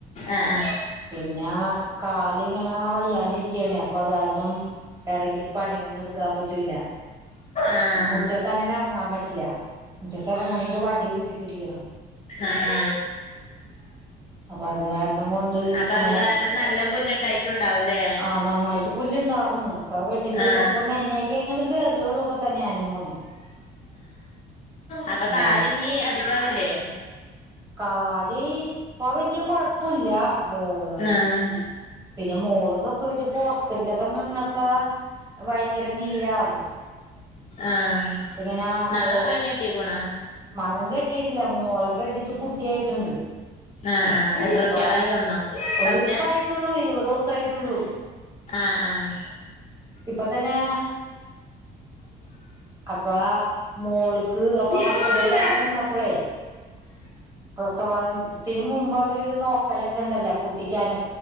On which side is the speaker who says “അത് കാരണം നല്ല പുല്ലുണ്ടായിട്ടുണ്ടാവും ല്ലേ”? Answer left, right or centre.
Left